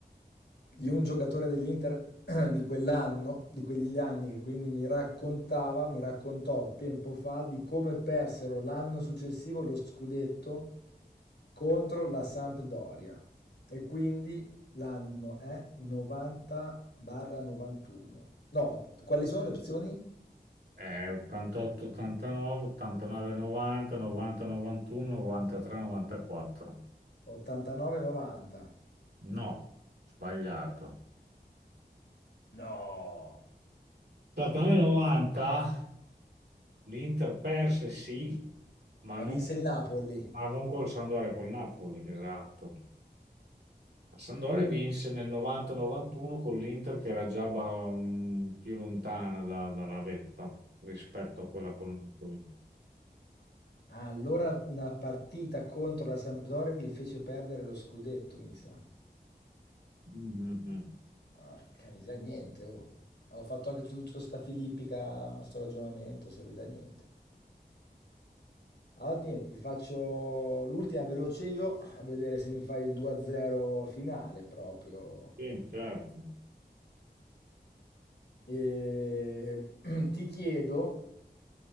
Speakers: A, on the left (about 80°); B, on the right (about 75°).
A: di un giocatore dell'Inter <clears throat> di quell'anno, di quegli anni, che quindi mi raccontava, mi raccontò tempo fa di come persero l'anno successivo lo scudetto contro la Sampdoria. E quindi l'anno è 90-91. No, quali sono le opzioni?
B: Eh, 88-89, 89-90, 90-91, 93-94.
A: 89-90.
B: No, sbagliato.
A: No!
B: 89-90 l'Inter perse sì, ma
A: Ma
B: non,
A: vinse il Napoli.
B: ma non col Sampdoria, col Napoli, esatto. La Sampdoria vinse nel 90-91 con l'Inter che era già ba- um, più lontana da- dalla vetta rispetto a quella col Napoli.
A: Ah, allora una partita contro la Sampdoria gli fece perdere lo scudetto, mi sa.
B: Mm, mm, mm.
A: Porca miseria, niente, oh. Avevo fatto anche tutto sta filippica, sto ragionamento, è servita a niente. Allora, niente, ti faccio l'ultima veloce io, a vedere se mi fai il 2-0 finale proprio.
B: Sì, certo.
A: E... <clears throat> Ti chiedo